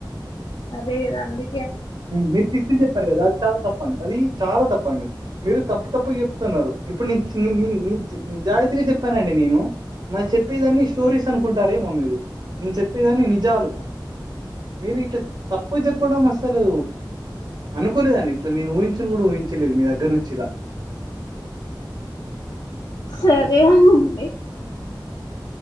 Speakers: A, on the left; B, on the right.
A: అదే గదా అందు
B: మీరు సిక్సి చెప్పారు కదా అది చాలా తప్పండి అది చాలా తప్పండి మీరు తప్పు తప్పుగా చెప్ త్తున్నారు ఇప్పుడు నేన్ నీన్ నిజాయితీగా చెప్పానండి నేను నాకు చెప్పేదాన్ని స్టోరీస్ అ అనుకుంటారేమో మీరు నేను చెప్పేదన్నీ నిజాలు మీరు ఇట్లా తప్పు చెప్పడం అసలు అనుకోలేదండి ఇట్లా నేను ఊహించని కూడా ఊహించలేదు మీ దగ్గర నుంచి ఇలా
A: సరే అండి